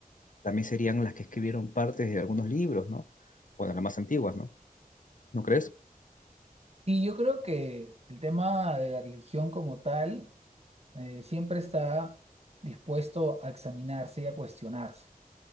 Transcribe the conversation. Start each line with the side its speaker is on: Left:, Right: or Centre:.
Left: también serían las que escribieron partes de algunos libros, ¿no? Bueno, las más antiguas, ¿no? ¿No crees?
Right: Y yo creo que el tema de la religión como tal eh, siempre está dispuesto a examinarse y a cuestionarse.